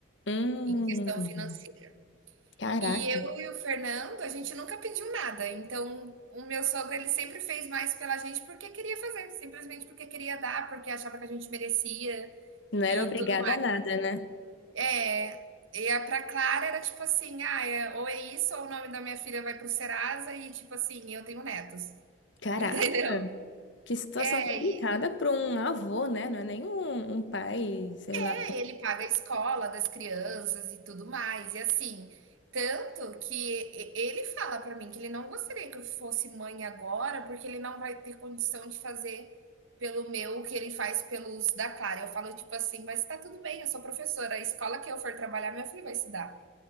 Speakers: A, on the left; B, on the right.
A: Hum,
B: em questão financeira.
A: caraca.
B: E eu e o Fernando, a gente nunca pediu nada. Então, o meu sogro, ele sempre fez mais pela gente porque queria fazer, simplesmente porque queria dar, porque achava que a gente merecia
A: Não era
B: e
A: obrigada
B: tudo
A: a nada, né?
B: é, e a pra Clara era tipo assim, ah, é, ou é isso, ou o nome da minha filha vai pro Serasa, e tipo assim, eu tenho netos, <laughs>
A: Caraca.
B: entendeu?
A: Que situação
B: É,
A: complicada
B: e
A: para um avô, né? Não é nem um, um pai, sei lá.
B: é, ele paga a escola das crianças e tudo mais, e assim, tanto que e- ele fala pra mim que ele não gostaria que eu fosse mãe agora, porque ele não vai ter condição de fazer pelo meu o que ele faz pelos da Clara. Eu falo tipo assim, mas tá tudo bem, eu sou professora, a escola que eu for trabalhar, meu filho vai estudar.